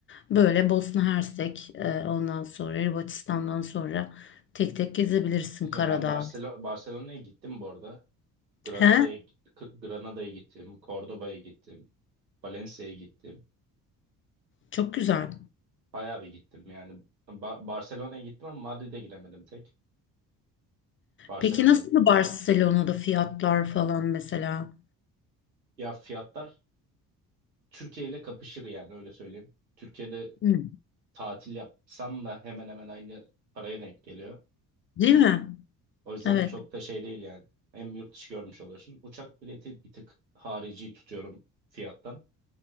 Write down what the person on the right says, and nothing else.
Ya ben Barcelona Barcelona'ya gittim bu arada. Granada'ya
Granada'ya gittim, Cordoba'ya gittim. Valencia'ya gittim.
Bayağı bir gittim yani. Ba- Barcelona'ya gittim ama Madrid'e gidemedim tek. Barcelona'da.
Ya fiyatlar Türkiye ile kapışır yani öyle söyleyeyim. Türkiye'de
tatil yapsam da hemen hemen aynı paraya denk geliyor.
O yüzden
çok da şey değil yani. Hem yurt dışı görmüş oluyorsun. Uçak bileti bir tık harici tutuyorum fiyattan.